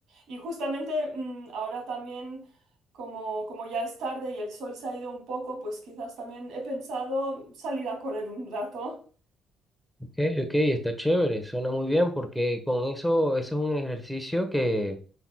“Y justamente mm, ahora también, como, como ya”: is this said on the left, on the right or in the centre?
Right